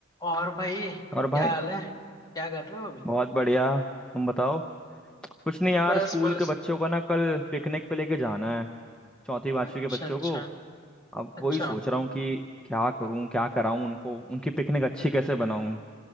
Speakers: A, on the left; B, in the centre.
A: और भाई
B: और भाई
A: क्या हाल है क्या कर रहे हो अभी
B: बहुत बढ़िया तुम बताओ कुछ नहीं यार
A: बस
B: स्कूल
A: बस
B: के बच्चों का ना कल पिकनिक पे लेके जाना है चौथी पांचवी
A: अच्छा
B: के बच्चों
A: अच्छा
B: को अब
A: अच्छा
B: वही सोच रहा हूँ कि क्या करूँ क्या कराऊँ उनको उनकी पिकनिक अच्छी कैसे बनाऊँ